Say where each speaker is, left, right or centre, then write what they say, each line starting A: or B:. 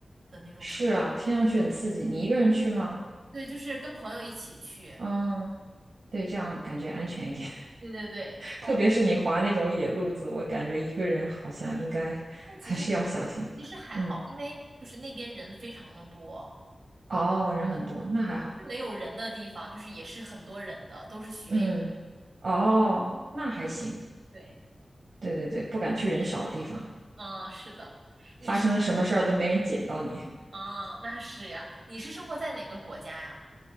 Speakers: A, on the right; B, on the right.
A: 的那种程度。
B: 是啊，听上去很刺激。你一个人去吗？
A: 对，就是跟朋友一起去，
B: 嗯，对，这样感觉安全一点。
A: 对对对，超级。
B: 特别是你滑那种野路子，我感觉一个人好像应该还是要小心。
A: 但其实还其实还好，
B: 嗯，
A: 因为就是那边人非常的多，
B: 哦，人很多，那还好。
A: 是没有人的地方，就是也是很多人的，都是学友。
B: 嗯，哦，那还行。
A: 对，
B: 对对对，不敢去人少的地方，
A: 嗯，是的。你是
B: 发生了什么事儿都没人捡到你。
A: 啊，那是呀。你是生活在哪个国家呀？